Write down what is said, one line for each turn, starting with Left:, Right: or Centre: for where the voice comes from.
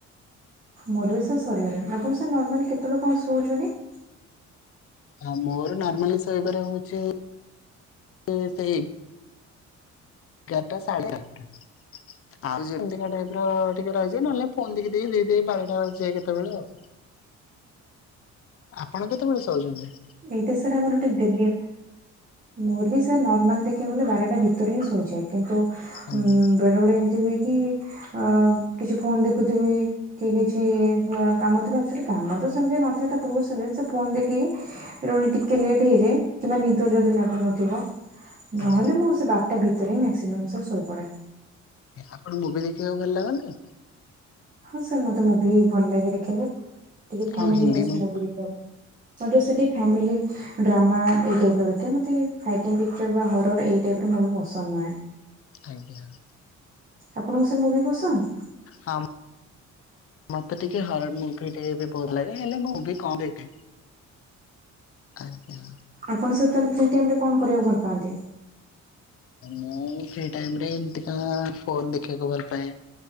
Right: ମୋର ବି ସାର୍ ସରିଗଲାଣି। ଆପଣ ସାର୍ ନର୍ମାଲି କେତେ ବେଳେ କଣ ଶୋଉଛନ୍ତି?
Left: ହଁ ମୋର ନର୍ମାଲି ଶୋଇବାରେ ହଉଛି <unintelligible> ସେଇ ଏଗାରଟା ସାଢ଼େ ଚାରିଟା।
Right: <inaudible>
Left: ଆଉ ଯେମତିକା ଟାଇପର ଟିକେ ରହିଛି ନହେଲେ ଫୋନି ଦେଇି ଦେଇ ବାରଟା ବାଜି ଯାଏ କେତେବେଳେ ଆଉ।
Right: <inaudible>
Left: ଆପଣ କେତେବେଳେ ଶହୁଛନ୍ତି?
Right: ଏଇଟା ସାର୍ ଆମର ଗୋଟେ ଦେଲି ମୋର ବି ସାର୍ ନର୍ମାଲ ଦେଖିବାକୁ ଗଲେ ବାରଟା ଭିତରେ ହିଁ ଶୋଇଯାଏ। କିନ୍ତୁ
Left: ଆଜ୍ଞା
Right: ଉ ବେଳେ ବେଳେ ଏମିତି ହୁଏ କି? ଅ କିଛି ଫୋନ ଦେଖୁଥିବି। କି କିଛି କାମ ଥିବ। ଅଚୁଆଲି କାମ ତ ସେମିତି ନଥାଏ ତା ପୂର୍ବରୁ ସେ ଫୋନ ଦେଖିକି? ବେ ଟିକେ ଲେଟ୍ ହେଇଯାଏ କିମ୍ବା ନିଦ ଯଦି ଲାଗୁନଥିବ। ନହେଲେ
Left: ଆଜ୍ଞା
Right: ମୁଁ ସେ ବାରଟା ଭିତରେ ହିଁ ମ୍ୟାସିମମ ସାର ଶୋଇପଡେ।
Left: ଆପଣଙ୍କୁ ମୁଭି ଦେଖିବାକୁ ଭଲ ଲାଗନ୍ତି।
Right: ହଁ ସାର୍ ମତେ ମୁଭି ଭଲ ଲାଗେ ଦେଖିବାକୁ। ଟିକେ
Left: କଣ
Right: ଫାମିଲ
Left: ହିନ୍ଦୀ
Right: ବେସଡ ମୁଭି ଦେଖିବାକୁ। ମାତ୍ର ସେଠି ଫ୍ୟାମିଲି। ଡ୍ରାମା ଏଇ ଟାଇପର ଦେଖେ ମତୋଇ ପିକଚର ବା ହରର ଏଇ ଟାଇପର ମୁଁ ବି ପସନ୍ଦ ନୁହେଁ। <inaudible>
Left: ଆଜ୍ଞା।
Right: ଆପଣଙ୍କୁ ସାର ମୁଭି ପସନ୍ଦ?
Left: ହଁ ମତେ ଟିକେ ହର ମୁଭି ଟିକେ ବି ଭଲ ଲାଗେ, ହେଲେ ମୁଁ ମୁଭି କମ ଦେଖେ। ଆଜ୍ଞା।
Right: ଆପଣ ସତ ତାହେଲେ ଫ୍ରି ଟାଇମ୍ ରେ କଣ କରିବାକୁ ଭଲ ପାଆନ୍ତି?
Left: ମୁଁ ସେଇ ଟାଇମ୍ ରେ ଏମତି କ ଫୋନ ଦେଖିବାକୁ ଭଲ ପାଏ।